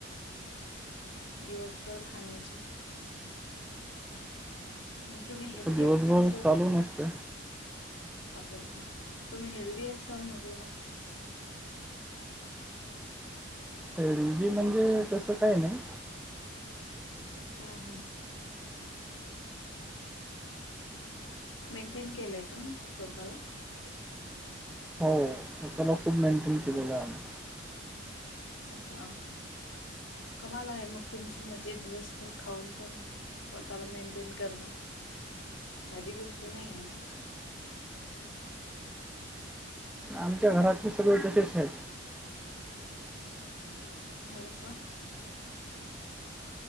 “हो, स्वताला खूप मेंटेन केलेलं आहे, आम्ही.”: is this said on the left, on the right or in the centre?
Centre